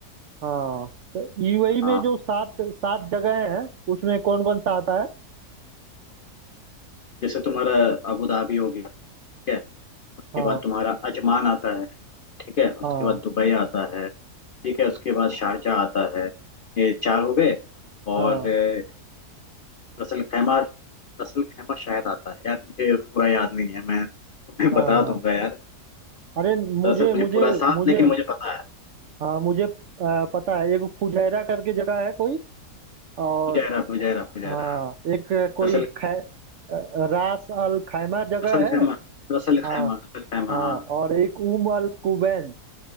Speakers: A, on the right; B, on the left.
A: हाँ तो यूएई में
B: हाँ
A: जो सात सात जगह हैं उसमें कौन कौन सा आता है
B: जैसे तुम्हारा अबू धाबी हो गया ठीक है उसके
A: हाँ
B: बाद तुम्हारा अजमान आता है ठीक है उसके
A: हाँ
B: बाद दुबई आता है ठीक है उसके बाद शारजा आता है ये चार हो गए और
A: हाँ
B: अ, रसल खैमा रसल खैमा शायद आता है यार मुझे पूरा याद नहीं है मैं तुम्हें
A: हाँ
B: बता
A: हाँ।
B: दूंगा यार
A: अरे मुझे
B: दरअसल मुझे
A: मुझे
B: पूरा साथ
A: मुझे
B: लेकिन मुझे पता है
A: हाँ मुझे आ, पता है एक फुजैरा करके जगह है कोई और
B: Fujairah Fujairah Fujairah
A: हाँ एक कोई
B: Ras al
A: खै अ, रास अल खैमा जगह
B: Ras al
A: है
B: Khaimah Ras al
A: हाँ
B: Khaimah Ras al Khaimah
A: हाँ
B: हाँ
A: और एक उम अल कुबैन